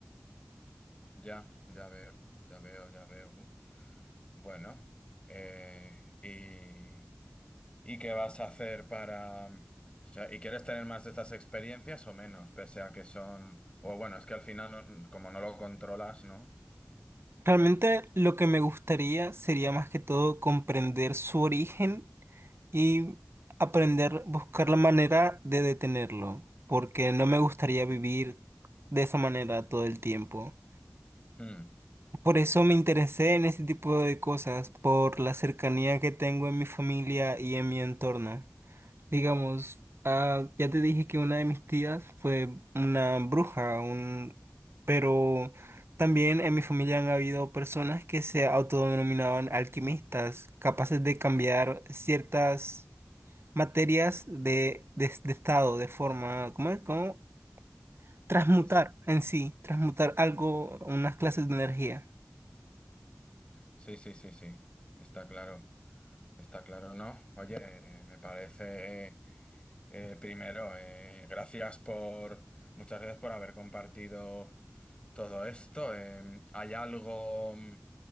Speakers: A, on the left; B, on the right.
A: Ya, ya veo, ya veo, ya veo. Uf. Bueno, eh, y, ¿y qué vas a hacer para... O sea, ¿y quieres tener más de estas experiencias o menos? Pese a que son... O bueno, es que al final, no- como no lo controlas, ¿no?
B: Realmente lo que me gustaría sería más que todo comprender su origen y aprender, buscar la manera de detenerlo, porque no me gustaría vivir de esa manera todo el tiempo.
A: Hmm.
B: Por eso me interesé en ese tipo de cosas, por la cercanía que tengo en mi familia y en mi entorno. Digamos, ah, ya te dije que una de mis tías fue una bruja, un... pero también en mi familia han habido personas que se autodenominaban alquimistas, capaces de cambiar ciertas materias de, de, de estado, de forma, ¿cómo es? ¿Cómo? Transmutar
A: Sí, sí,
B: en sí, transmutar algo, unas clases de energía.
A: sí, sí, sí, sí. sí. Está claro, está claro, ¿no? Oye, eh, me parece... eh, Eh, primero, eh, gracias por, muchas gracias por haber compartido todo esto. Eh, hay algo, mm,